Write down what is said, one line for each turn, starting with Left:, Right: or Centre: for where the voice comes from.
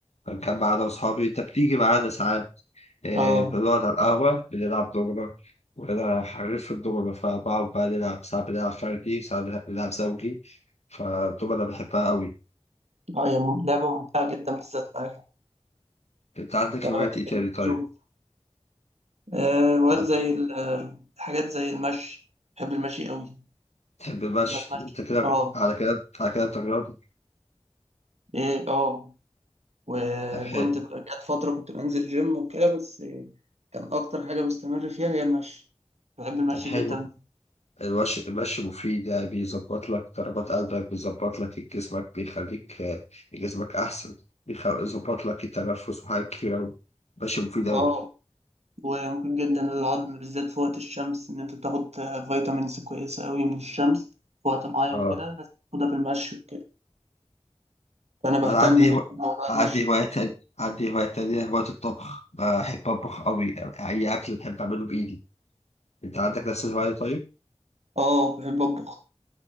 Left: بنجمع أنا وأصحابي أنت بتيجي معانا ساعات. آه،
Right: اه
Left: بنقعد على القهوة بنلعب دومنة وأنا حريف في الدومنة فبقعد بقى نلعب ساعات بنلعب فردي ساعات بنلع- بنلعب زوجي فالدومنة بحبها أوي
Right: هي مم- لعبة ممتعة جدا بالذات معاك
Left: أنت عندك
Right: فانا
Left: هوايات
Right: بحب
Left: إيه تاني طيب؟
Right: الزوم آه وقت
Left: عن-
Right: زي ال- آه، حاجات زي المشي بحب المشي قوي
Left: تحب المشي
Right: بتمشى
Left: أنت كده
Right: اه
Left: على كده على كده أنت رياضي
Right: ايه اه وكنت
Left: طب حلو
Right: جت فترة كنت بنزل جيم وكده بس كان أكتر حاجة بستمر فيها هي المشي بحب المشي
Left: طب حلو
Right: جدا
Left: المشي المشي مفيد يعني بيظبط لك ضربات قلبك بيظبط لك جسمك بيخليك آه، جسمك أحسن بيخ- بيظبط لك التنفس وحاجات كتير أوي المشي مفيد أوي.
Right: اه وممكن جدا للعظم بالذات في وقت الشمس إن أنت تاخد فيتامينز كويسة أوي من الشمس في وقت معين
Left: اه
Right: كده بس تاخدها بالمشي وكده فأنا بهتم
Left: انا عندي
Right: بالموضوع
Left: هو... عندي
Right: المشي
Left: هواية تانية عندي هواية تانية هواية الطبخ بحب أطبخ أوي أي أكل بحب أعمله بإيدي أنت عندك نفس الهواية طيب؟
Right: اه بحب أطبخ